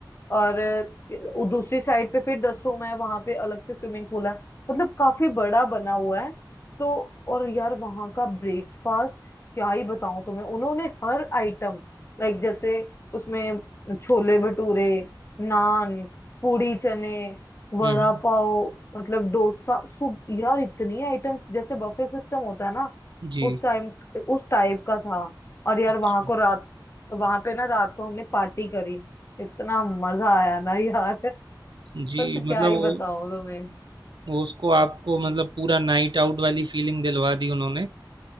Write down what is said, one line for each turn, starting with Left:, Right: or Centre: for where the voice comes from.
Left: और अ, दूसरी साइड पे फिर दस रूम है वहां पे अलग से स्विमिंग पूल है मतलब काफी बड़ा बना हुआ है तो और यार वहां का ब्रेकफास्ट क्या ही बताऊं तुम्हें उन्होंने हर आइटम लाइक जैसे उसमें छोले भटूरे नान पूड़ी चने वड़ा
Right: हम्म हम्म,
Left: पाव मतलब डोसा सूप यार इतनी आइटम्स जैसे बफे सिस्टम होता है ना
Right: जी
Left: उस टाइम उस टाइप का था और यार
Right: अच्छा
Left: वहां को रात वहां पे ना रात को हमने पार्टी करी इतना मजा आया ना यार <laughs>
Right: जी
Left: बस क्या
Right: मतलब
Left: ही बताऊं
Right: वो
Left: तुम्हें
Right: वो उसको आपको मतलब पूरा नाइट आउट वाली फीलिंग दिलवा दी उन्होंने